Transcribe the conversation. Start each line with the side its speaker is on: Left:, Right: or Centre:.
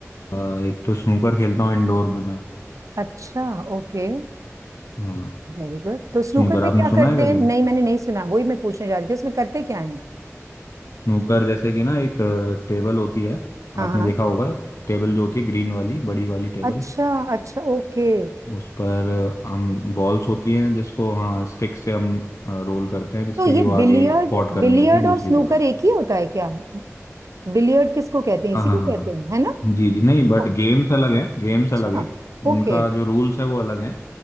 Left: अ, एक तो स्नूकर खेलता हूँ इंडोर में मैं
Right: अच्छा ओके
Left: हाँ
Right: वेरी गुड तो स्नूकर
Left: स्नूकर
Right: में
Left: आपने
Right: क्या
Left: सुना
Right: करते
Left: है कभी
Right: हैं नहीं मैंने नहीं सुना वही मैं पूछने जा रही थी उसमें करते क्या है
Left: स्नूकर जैसे कि ना एक अ, टेबल होती है
Right: हाँ
Left: आपने
Right: हाँ
Left: देखा होगा टेबल जो होती है ग्रीन वाली बड़ी वाली टेबल
Right: अच्छा अच्छा ओके
Left: उस पर अ, हम बॉल्स होती हैं जिसको हाँ स्टिक से हम रोल करते हैं जिससे
Right: तो ये
Left: कि वो
Right: बिलियर्ड
Left: आगे पॉट करनी
Right: बिलियर्ड
Left: होती है दूसरी
Right: और स्नूकर
Left: बॉल
Right: एक ही होता है क्या बिलियर्ड किसको कहते हैं
Left: हाँ
Right: इसी
Left: हाँ
Right: को कहते
Left: हाँ हाँ
Right: हैं है ना
Left: जी जी नहीं बट
Right: ओ,
Left: गेम्स अलग हैं गेम्स
Right: अच्छा
Left: अलग है
Right: Okay
Left: उनका जो रूल्स है वो अलग है